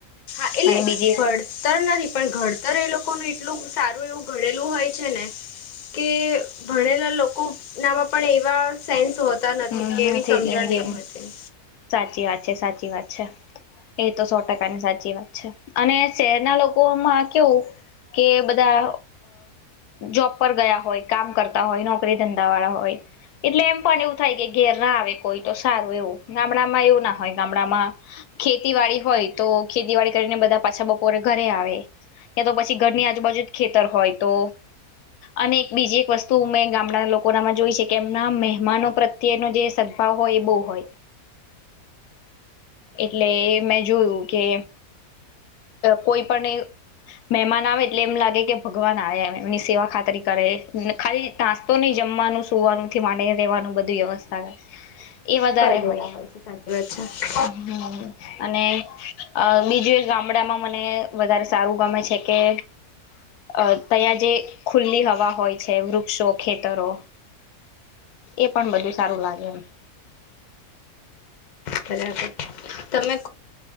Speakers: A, on the left; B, on the left.
A: એટલે
B: અને બીજી
A: ઘડતર
B: એક
A: નથી પણ ઘડતર એ લોકો. એટલું સારું એવું ભણેલું હોય છે ને કે ભણેલા લોકો. લોકો નામાં પણ એવા સેન્સ હોતા નથી
B: હમ
A: કે એવી
B: નથી
A: સમજણ નહી હોતી.
B: સાચી વાત છે સાચી વાત છે એ તો સો ટકાની સાચી વાત છે અને શહેરના લોકોમાં કેવું કે બધા જોબ પર ગયા હોય કામ કરતા હોય નોકરી. ધંધા વાળા હોય એટલે એમ પણ એવું થાય કે ઘેર આવે કોઈ તો સારું એવું ગામડામાં એવું ના હોય ગામડામાં ખેતી વાડી હોય તો ખેતીવાડી કરીને બધા પાછા બપોરે ઘરે આવે ત્યા તો પછી ઘરની આજુબાજુ જ ખેતર હોય તો અને એક બીજી એક વસ્તુ મે. લોકો નામાં જોય છે કે એમના મહેમાનો પ્રત્યેનો જે સદભાવ હોય એ બહ હોય એટલે મેં જોયું કે. કોઈ પણ મહેમાન આવે એટલે એમ લાગે કે ભગવાન આ એમ એમની સેવા ખાતરી કરે ખાલી નાસ્તો નહી જમવાનું સવાનું થી ડી રહેેવાનું બધું વ્યવસ્થા કરે. એ વધારે
A: કરી
B: હોય
A: દેતા છે સાચી વાત
B: અને બીજું એક ગામ. મને વધારે સારું ગમે છે કે. અ તં જે. ખુલ્લી હવા હોય છે વૃક્ષો ખેતરો. એ પણ બધું સારું લાગે એમ.
A: બરાબર તમે.